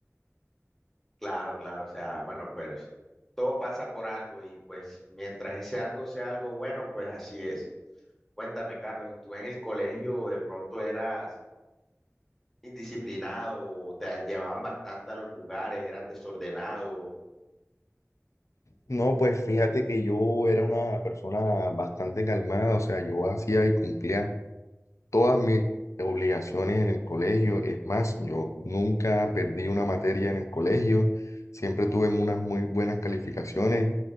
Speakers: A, in the centre; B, on the left.
A: Claro, claro, o sea, bueno, pues todo pasa por algo y pues mientras ese algo sea algo bueno, pues así es. Cuéntame, Carlos, ¿y tú en el colegio de pronto eras indisciplinado o te llevaban bastante a los lugares, eras desordenado?
B: No, pues fíjate que yo era una persona bastante calmada, o sea, yo hacía y cumplía todas mis obligaciones en el colegio. Es más, yo nunca perdí una materia en el colegio, siempre tuve unas muy buenas calificaciones,